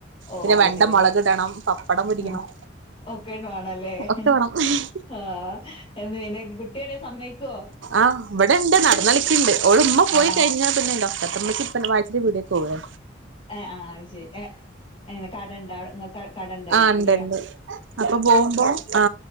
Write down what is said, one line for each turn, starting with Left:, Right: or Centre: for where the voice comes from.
Left: ഓഹ്
Right: പിന്നെ
Left: അത്
Right: വെണ്ട
Left: ശരി
Right: മൊളക്
Left: മി
Right: ഇടണം പപ്പടം പൊരിക്കണം.
Left: ഉം ഒക്കെ വേണല്ലേ
Right: ഒക്കെ
Left: ഹ്
Right: വേണം
Left: ആഹ് <unintelligible> കുട്ടി ആണേ സമ്മയ്ക്കോ?
Right: ആഹ് ഇവിടെ ണ്ട് നടന്നളിക്ക്ണ്ട്. ഇമ്മ പോയി
Left: ആഹ്
Right: കൈഞ്ഞാ പിന്നെ ന്റെക്കൊത്ത മ്മച്ചി പ്പാന്റെ വായ്ചിന്റെ പീടിയെ പോകുവേ
Left: ഏ ആ അത് ശരി ഏ എനെ കടണ്ടാ ഇങ്ങക്കടെ കടണ്ടായിരിക്കൂല്ലേ?
Right: ആഹ് ഇണ്ട് ഇണ്ട് അപ്പൊ പോകുമ്പോ ആ